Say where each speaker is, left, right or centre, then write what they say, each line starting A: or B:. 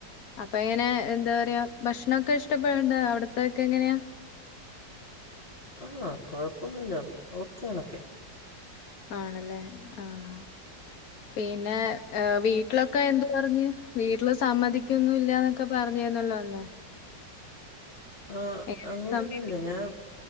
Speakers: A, on the left; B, on the left.
A: അപ്പൊ എങ്ങനെയാ എന്താ പറയാ ഭക്ഷണൊക്കെ ഇഷ്ടപ്പെട്ടാ അവിടത്തെക്കെ എങ്ങനെയാ?
B: ആഹ്, കൊഴപ്പൊന്നുല്ല ഓക്കെയണൊക്കെ.
A: ആണല്ലേ ആഹ്, പിന്നെ ഏഹ് വീട്ടിലൊക്കെ എന്ത് പറഞ്ഞ്, വീട്ടില് സമ്മതിക്കൊന്നും ഇല്ലാന്നൊക്കെ പറഞ്ഞേരുന്നല്ലോ അന്ന്.
B: ആഹ്,
A: എങ്ങനെ
B: അങ്ങനെയൊന്നുല്ല
A: സമ്മതി
B: ഞാൻ